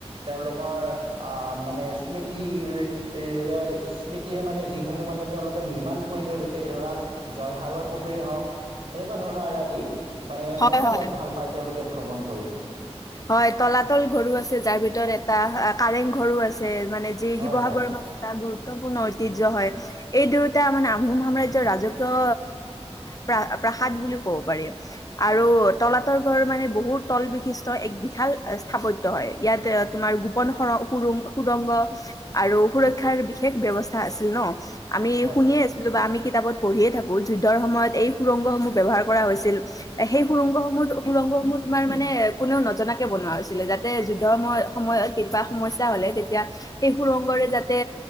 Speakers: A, on the right; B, on the left.
A: তেওঁলোকৰ আ মানে স্মৃতি এ স্মৃতিৰে মানে যিসমূহ মানে তেওঁলোকে নিৰ্মাণ কৰি থৈ গৈছে, এই ধৰা জয়সাগৰ পুখুৰীয়ে হওক, এনেকুৱা ধৰণৰ আ-আদি। মানে
B: হয়
A: খুব মানে
B: হয়
A: ভাল পায় তেওঁলোকে ভ্ৰমণ কৰি।
B: হয় তলাতল ঘৰো আছে যাৰ ভিতৰত এটা কাৰেং ঘৰো আছে মানে যি
A: হয়
B: শিৱসাগৰৰ
A: হয়।
B: মানে এটা গুৰুত্বপূৰ্ণ ঐতিহ্য হয়। এই দুয়টা মানে আহোম সাম্ৰাজ্য়ৰ ৰাজকীয় প্ৰ প্ৰাসাদ বুলি কব পাৰি। আৰু তলাতৰ ঘৰ মানে বহুত তল বিশিষ্ট এক বিশাল স্থাপত্য হয় ইয়াত তোমাৰ গোপনং সৰ সো- সুৰুন সুৰংগ আৰু সুৰক্ষাৰ
A: উম
B: বিশেষ ব্যৱস্থা আছিল ন, আমি
A: হয়
B: শুনিয়ে আছো বা আমি কিতাপত পঢ়িয়ে থাকো যুদ্ধৰ সময়ত এই সুৰংগসমূহ ব্যৱহাৰ কৰা হৈছিল। সেই সুৰংগসমূহত সুৰংগসমূহ তোমাৰ মানে কোনেও নজনাকে বনোৱা হৈছিলে যাতে যুদ্ধৰ সময় সময়ত কেতিয়াবা সমস্যা হ'লে তেতিয়া সেই সুৰংগৰে যাতে